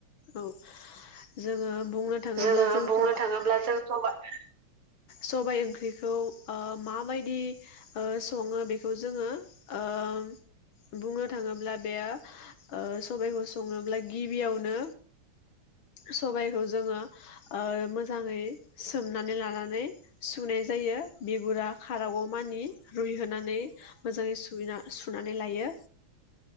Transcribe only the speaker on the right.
जोङो
बुंनो
थाङोब्ला जों सबाइ